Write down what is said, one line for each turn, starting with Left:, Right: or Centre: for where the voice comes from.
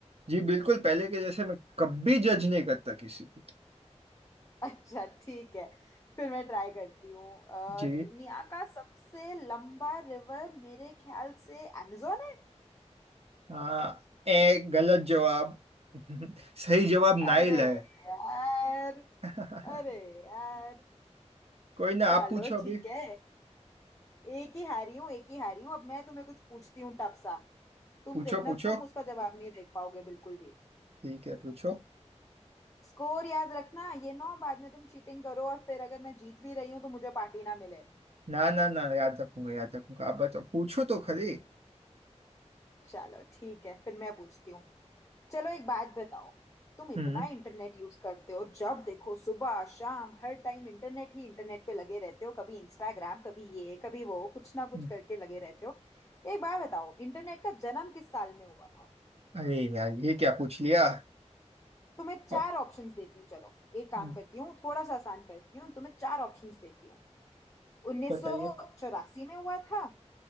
Right: जी बिल्कुल पहले के जैसे मैं कभी जज नहीं करता किसी को
Left: अच्छा ठीक है फिर मैं ट्राई करती हूँ अ,
Right: जी
Left: दुनिया का सबसे लंबा रिवर मेरे ख्याल से amazon है
Right: हाँ ए गलत जवाब <laughs> सही जवाब नाइल
Left: अरे
Right: है
Left: यार
Right: <laughs>
Left: अरे यार
Right: कोई ना
Left: चलो
Right: आप पूछो अभी
Left: ठीक है एक ही हारी हूँ एक ही हारी हूँ अब मैं तुम्हें कुछ पूछती हूँ टफ सा तुम
Right: पूछो
Left: देखना
Right: पूछो
Left: तुम उसका जवाब नहीं देख पाओगे बिल्कुल भी
Right: ठीक है पूछो
Left: स्कोर याद रखना ये ना हो बाद में तुम चीटिंग करो और फिर अगर मैं जीत भी रही हूँ तो मुझे पार्टी ना मिले
Right: ना ना ना याद रखूंगा याद रखूंगा आप बताओ पूछो तो खरी
Left: चलो ठीक है फिर मैं पूछती हूँ चलो एक बात बताओ तुम इतना
Right: हम्म
Left: इंटरनेट यूज करते हो जब देखो सुबह शाम हर टाइम इंटरनेट ही इंटरनेट पे लगे रहते हो कभी इंस्टाग्राम कभी ये कभी वो कुछ ना
Right: हम्म,
Left: कुछ करके लगे रहते हो एक बात बताओ इंटरनेट का जन्म किस साल में हुआ था
Right: अरे यार ये क्या पूछ लिया
Left: तुम्हें चार
Right: ओ,
Left: ऑप्शंस देती हूँ चलो एक काम
Right: हम्म,
Left: करती हूँ थोड़ा सा आसान करती हूँ तुम्हें चार ऑप्शंस देती हूँ 1984
Right: बताइए
Left: में हुआ था